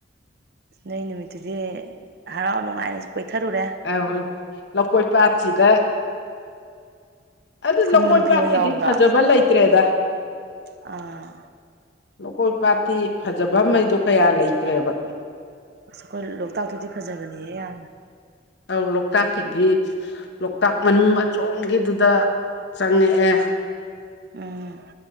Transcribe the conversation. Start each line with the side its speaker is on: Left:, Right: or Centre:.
Right: ꯅꯣꯏ ꯅꯨꯃꯤꯠꯇꯨꯗꯤ ꯍꯔꯥꯎ ꯅꯨꯡꯉꯥꯏꯅꯁꯨ ꯀꯣꯏꯊꯔꯨꯔꯦ
Left: ꯑꯔꯋꯤꯜ ꯂꯧꯀꯣꯏ ꯄꯥꯠꯁꯤꯗ ꯑꯗꯨ
Right: ꯈꯣꯏꯃꯨ
Left: ꯂꯧꯀꯣꯏ
Right: ꯅꯨꯄꯤ
Left: ꯄꯥꯠꯀꯤꯗꯤ
Right: ꯍꯣꯏ ꯌꯥꯎꯕ꯭ꯔꯣ
Left: ꯐꯖꯕ ꯂꯩꯇ꯭ꯔꯦꯗ
Right: ꯑꯥ
Left: ꯂꯧꯀꯣꯏ ꯄꯥꯠꯇꯤ ꯐꯖꯕꯝꯑꯩꯗꯣ ꯀꯌꯥ ꯂꯩꯇ꯭ꯔꯦꯕ
Right: ꯑꯁ ꯑꯩꯈꯣꯏ ꯂꯣꯛꯇꯥꯛꯇꯨꯗꯤ ꯐꯖꯕꯅꯦꯍꯦ ꯌꯥꯝꯅ
Left: ꯑꯧ ꯂꯣꯛꯇꯥꯛꯀꯤꯗꯤ ꯂꯣꯛꯇꯥꯛ ꯃꯅꯨꯡ ꯑꯁꯣꯝꯒꯤꯗꯨꯗ ꯆꯪꯉꯛꯑꯦ
Right: ꯎꯝ